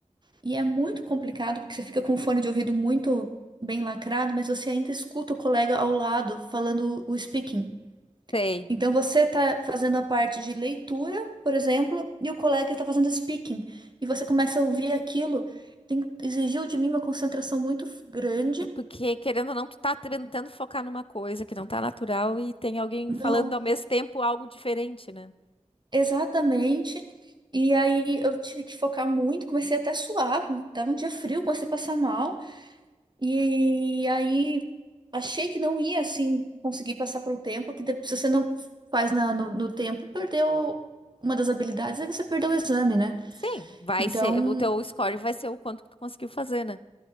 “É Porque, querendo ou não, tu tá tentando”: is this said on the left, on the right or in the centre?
Left